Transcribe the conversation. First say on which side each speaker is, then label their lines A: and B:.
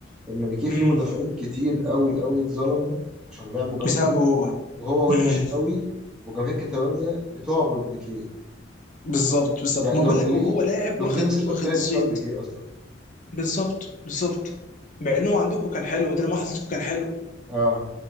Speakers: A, in the centre; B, on the left.
A: لأن بيكيه فيه
B: امم
A: مدافعين كتير قوي قوي اتظلموا عشان لعبوا جنبه
B: بسببه هو
A: وهو وحش
B: امم
A: قوي وجماهير كاتالونيا بتعبد بيكيه
B: بالظبط بالظبط
A: يعني
B: ما
A: لونجلي
B: بقول لك هو هو لاعب
A: لونجلي
B: واخد
A: مسيرته
B: واخد
A: انتهت
B: زيط
A: بسبب بيكيه أصلا
B: بالظبط بالظبط مع انه عندكم كان حلو وده لما حطيتكم كان حلو
A: أه